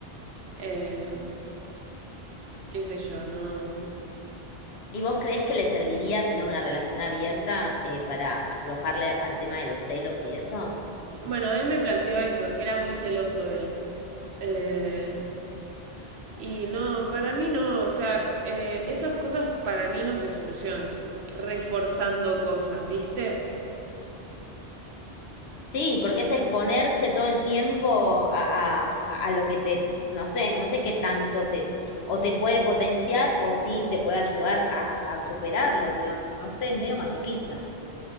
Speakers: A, on the right; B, on the left.
A: eh, qué sé yo, no.
B: ¿Y vos crees que le serviría tener una relación abierta eh, para aflojarle al tema de los celos y eso?
A: Bueno, él me planteó eso, que era muy celoso él. Eh, Y no, para mí no, o sea, eh, esas cosas para mí no se solucionan cu- reforzando cosas, ¿viste?
B: Sí, porque es exponerse todo el tiempo a, a- a lo que te, no sé, no sé qué tanto te, o te puede potenciar o sí te puede ayudar a, a superarlo, pero no sé, es medio masoquista.